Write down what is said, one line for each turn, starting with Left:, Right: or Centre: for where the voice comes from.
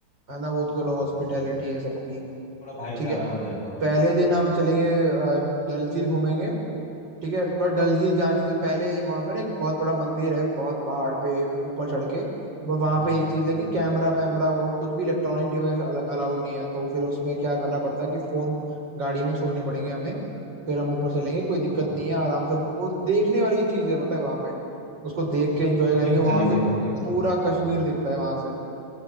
Right: है ना वो तो
Left: हाँ
Right: चलो हॉस्पिटैलिटी
Left: वैसा थोड़ा
Right: है सबकी
Left: थोड़ा भाईचारा
Right: ठीक है
Left: हो जाएगा और कुछ
Right: पहले
Left: नहीं
Right: दिन हम चलेंगे अ, डल झील घूमेंगे ठीक है बट डल
Left: हम्म
Right: झील जाने से पहले वहां पर ना एक बहुत बड़ा मंदिर है बहुत पहाड़ पे एक ऊपर चढ़ के वो वहां
Left: हाँ
Right: पे
Left: हाँ
Right: एक चीज
Left: हाँ
Right: है कि
Left: हाँ
Right: कैमरा वैमरा वो कुछ भी इलेक्ट्रॉनिक डिवाइस अलाउड नहीं है तो फिर उसमें क्या करना पड़ता है कि फोन गाड़ी में छोड़ने पड़ेंगे हमें फिर हम ऊपर चलेंगे कोई
Left: अच्छा
Right: दिक्कत नहीं है आराम से वो देखने वाली चीज है पता है वहां पे उसको देख के एंजॉय
Left: चलेंगे
Right: करेंगे वहां
Left: चलेंगे
Right: से
Left: पक्का
Right: पूरा
Left: चलेंगे
Right: कश्मीर दिखता है वहां से